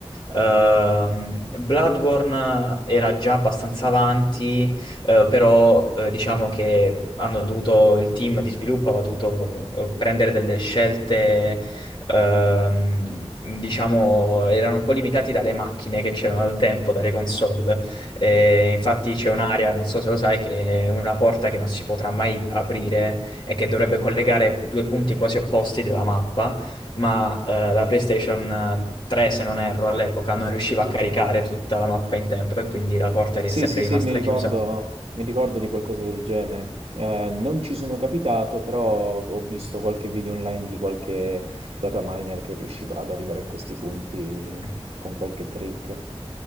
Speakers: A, on the left (about 45°); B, on the right (about 70°).
A: Ehm, Bloodborne era già abbastanza avanti, eh, però eh, diciamo che hanno dovuto, il team di sviluppo aveva dovuto eh, prendere delle scelte, ehm, diciamo, erano un po' limitati dalle macchine che c'erano al tempo, dalle console. E infatti c'è un'area, non so se lo sai, che è una porta che non si potrà mai aprire e che dovrebbe collegare due punti quasi opposti della mappa ma eh, la PlayStation 3, se non erro, all'epoca non riusciva a caricare tutta la mappa in tempo e quindi la porta è
B: Sì,
A: sempre
B: sì,
A: rimasta
B: sì, mi ricordo,
A: chiusa.
B: mi ricordo di qualcosa del genere. Eh, non ci sono capitato, però ho visto qualche video online di qualche data miner che riusciva ad arrivare in questi punti
A: Mm.
B: con qualche trick.